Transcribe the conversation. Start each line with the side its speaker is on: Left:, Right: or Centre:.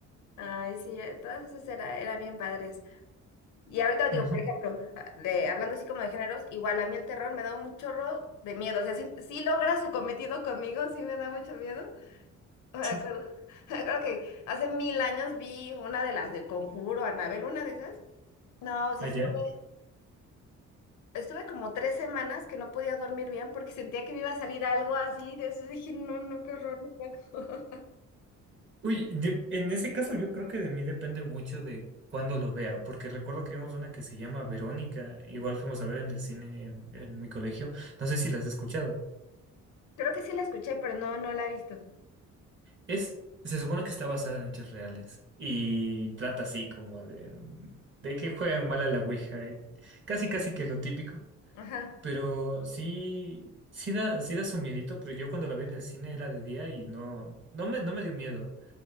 Left: Ay, sí, eh, todas esas era- eran bien padres. Y ahorita digo,
Right: Ujú,
Left: por ejemplo, ah, de, hablando así como de géneros, igual a mí el terror me da un chorro de miedo. O sea, sí, sí logra su cometido conmigo, sí me da mucho miedo, <laughs> Me
Right: sí.
Left: acuerdo, me acuerdo que hace mil años vi una de las del Conjuro, Anabel, una de esas. No, o sea,
Right: Allá.
Left: estuve, estuve como tres semanas que no podía dormir bien porque sentía que me iba a salir algo así. De eso dije, no, no, qué horror. <laughs>
Right: Uy, de- en ese caso yo creo que de mí depende mucho de cuándo lo vea, porque recuerdo que vimos una que se llama Verónica, igual fuimos a ver en el cine en, en mi colegio. No sé si la has escuchado.
Left: Creo que sí la escuché, pero no, no la he visto.
Right: Es, se supone que está basada en hechos reales y trata así como de, de que juegan mal a la Ouija y casi casi que lo típico.
Left: Ajá.
Right: Pero sí, sí da, sí da su miedito, pero yo cuando la vi en el cine era de día y no, no me, no me dio miedo.